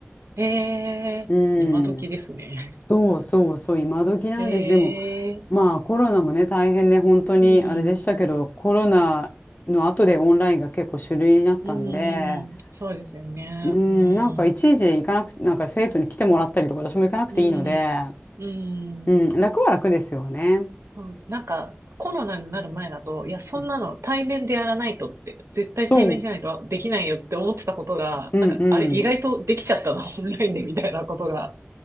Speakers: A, on the right (about 70°); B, on the left (about 40°).
A: ええ、
B: うん、
A: 今時ですね。
B: そうそうそう、今時なんです。
A: <laughs> ええ、
B: でも、まあコロナもね、大変で本当にあれでしたけど、
A: うん。
B: コロナの後でオンラインが結構主流になったんで、
A: うん、そうですよね。
B: うん、
A: うん、
B: なんか一時行かなく、なんか生徒に来てもらったりとか、私も行かなくていいので、
A: うん、うん。
B: うん、楽は楽ですよね。
A: そうです。なんか、コロナになる前だと、いや、そんなの対面でやらないとって、
B: うん
A: 絶対対面じゃないとできないよって思ってたことが、
B: そう、うんうん。
A: なんか、あれ、意外とできちゃったな、<laughs> オンラインでみたいなことが。